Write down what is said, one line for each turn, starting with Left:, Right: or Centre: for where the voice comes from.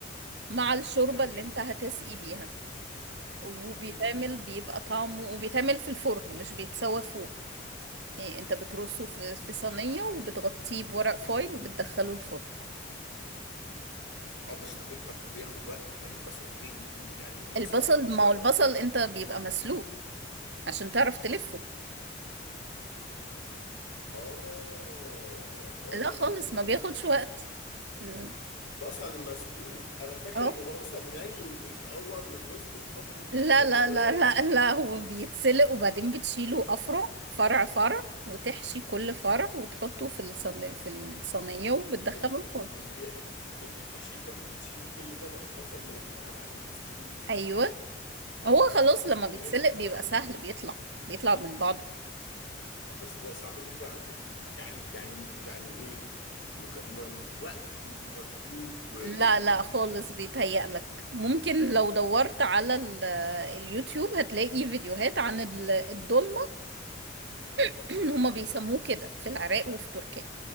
Right: مع الشوربة
Left: حلو
Right: اللي
Left: جدا
Right: انت هتسقي بيها وبيتعمل
Left: امم امم
Right: بيبقى طعمه وبيتعمل في الفرن مش بيتسوى فوق إيه انت بترصه في في صينية وبتغطيه بورق فويل وبتدخله الفرن
Left: اه بس طب طب بياخد وقت لان البصل بتهيألي ممكن يعني يطيب
Right: البصل
Left: بسرعه ما ياخدش
Right: ما
Left: وقت
Right: هو البصل انت بيبقى مسلوق عشان تعرف تلفه
Left: اه اه
Right: لا خالص ما بياخدش وقت ال-
Left: بصل مسلوق انا فاكر
Right: اه
Left: انه بصل ني ومتقور من الوسط وتحط الحاجه
Right: لا
Left: جواه
Right: لا لا لا لا هو بيتسلق وبعدين بتشيله افرع فرع فرع وتحشي كل فرع وتحطه في الصينية في الصينية وبتدخله
Left: ال-
Right: الفرن
Left: ال- اللي هي انت بتحشي ط- بتشيلي كل طبقه بصل لوحدها بعد ما تسلقيه
Right: ايوه هو خلاص لما
Left: صعب
Right: بيتسلق
Left: جدا
Right: بيبقى سهل بيطلع بيطلع من بعضه
Left: بس ده صعب جدا على فكرة يعني يعني يعني ايه مك... م... وقت ومجهود و...
Right: لا لا
Left: و...
Right: خالص بيتهيألك ممكن لو دورت على ال- اليوتيوب هتلاقي فيديوهات عن ال- الدولمة <clears throat> هما بيسموه كده في العراق وفي تركيا